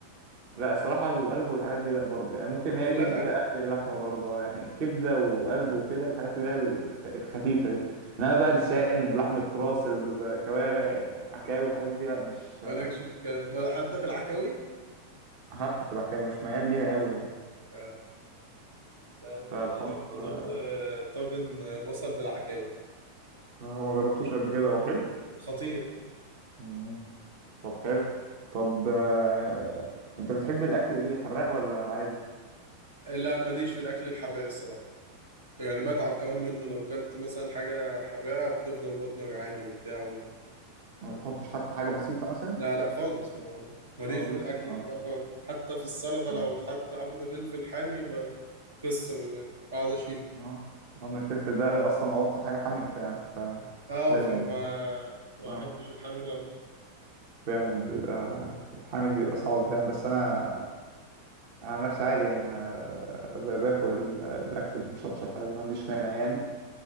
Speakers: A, on the right (about 45°); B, on the right (about 70°).
A: لا الصراحة القلب والحاجات دي لا برضه يعني ممكن
B: برضه
A: هي كبدة
B: لا
A: آخر لحمة برضه آه، يعني كبدة وقلب وكده الحاجات اللي هي الخ- الخفيفة دي إنما بقى لسان لحمة راس الكوارع عكاوي الحاجات دي لا مش
B: مالكش في الكلام ما- حتى في العكاوي
A: حتى في العكاوي مش ميال ليها قوي يعني
B: ف- لا انت
A: فالحوار
B: لازم تدوق
A: آه،
B: آه، طاجن آه، بصل بالعكاوي
A: آه، ما جربتوش قبل كده هو حلو
B: خطير
A: مم. طب حلو طب آه، انت بتحب الاكل ايه حراق ولا عادي
B: آه، لا ماليش في الاكل الحراق الصراحه يعني
A: ما
B: بتعب كمان منه لو كلت مثلا حاجه حراقه بتفضل بطني وجعاني وبتاع و...
A: ما بتحطش حتى حاجه بسيطه مثلا
B: لا لا خالص ما ماليش
A: خالص
B: في الاكل
A: اه
B: الحراق خالص حتى في السلطه
A: مم.
B: لو اتحط قرن فلفل حامي ب- قصه بقعد اشيله
A: اه لأن الفلفل ده اصلا هو اكتر حاجه حاميه فعلا
B: اه
A: فلازم
B: فما ما
A: اه
B: احبش الحامي غلط
A: فعلا بيبقى الحامس بيبقى صعب فعلا بس انا انا عن نفسي عادي يعني انا ب- باكل ال- الاكل المشطشط عادي ما عنديش مانع يعني